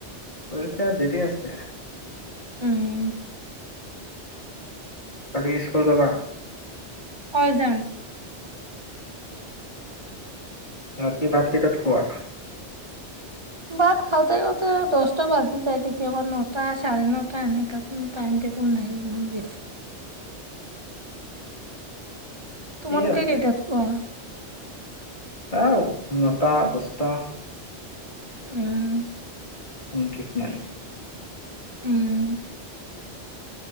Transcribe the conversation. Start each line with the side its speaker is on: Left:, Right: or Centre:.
Left: পৰীক্ষা দেৰি আছে।
Right: উম।
Left: কালি স্কুল যাবা?
Right: হয় যাম।
Left: ৰাতি ভাত কেইটাত খোৱা?
Right: ভাত খাওঁতে খাওঁতে দহটা বাজি যায় কেতিয়াবা নটা চাৰে নটা এনেকা। উ টাইম টেবুল নাই ইমান বেছি। তোমালোকে
Left: কি আছে।
Right: কেইটাত খোৱা
Left: আও নটা দছটা
Right: উম।
Left: কোনো ঠিক নাই।
Right: উম।